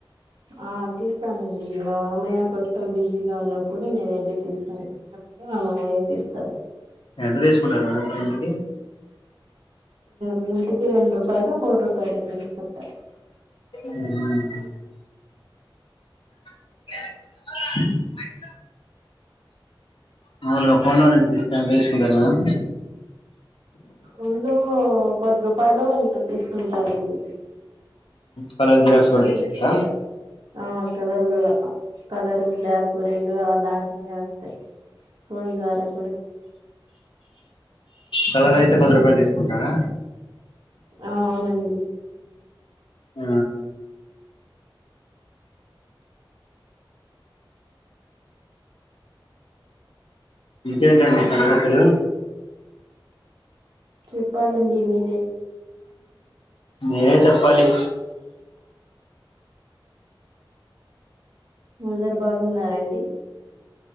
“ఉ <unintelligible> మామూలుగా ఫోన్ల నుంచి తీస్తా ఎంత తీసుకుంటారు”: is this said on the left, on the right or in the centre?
Left